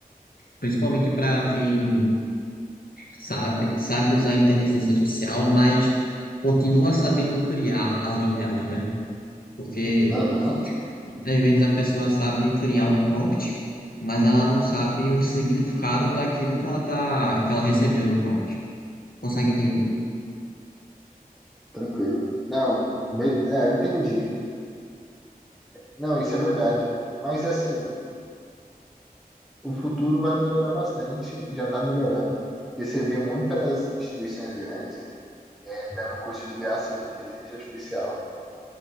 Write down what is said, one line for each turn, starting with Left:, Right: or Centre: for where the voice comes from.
Left: principalmente para quem sabe, sabe usar a inteligência artificial, mas continua sabendo criar além delas, né? Porque
Centre: Aham,
Left: muitas vezes a pessoa sabe criar um prompt, mas ela não sabe o significado daquilo que ela tá, que ela recebeu no prompt. Consegue entender?
Centre: tranquilo. Não, be- é, eu entendi. Não, isso é verdade. Mas assim, o futuro vai melhorar bastante, já está melhorando. Porque você vê muitas instituições grandes é, dando curso de graça de inteligência artificial.